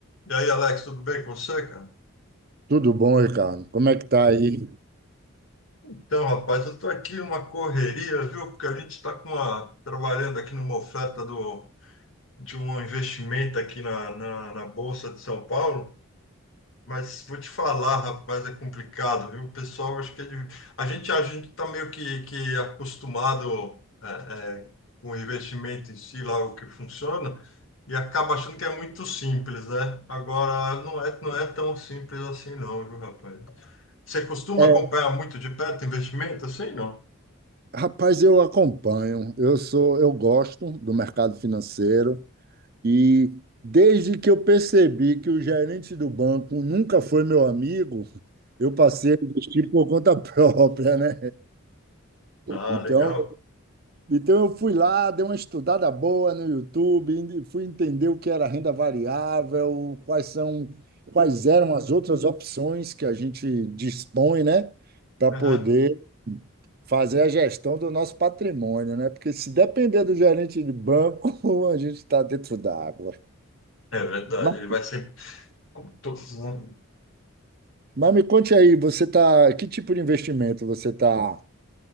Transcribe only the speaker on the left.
E aí, Alex, tudo bem com você, cara?
Então, rapaz, eu estou aqui numa correria, viu? Porque a gente está com uma, trabalhando aqui numa oferta do, de um investimento aqui na, na, na Bolsa de São Paulo. Mas vou te falar, rapaz, é complicado, viu? O pessoal, acho que é de- a gente a gente está meio que, que acostumado é, é, com o investimento em si, lá o que funciona, e acaba achando que é muito simples, né? Agora, não é, não é tão simples assim, não, viu, rapaz? Você costuma
acompanhar muito de perto investimento assim, não?
Ah,
legal.
Aham.
É verdade,
ele vai sempre. Como todo né?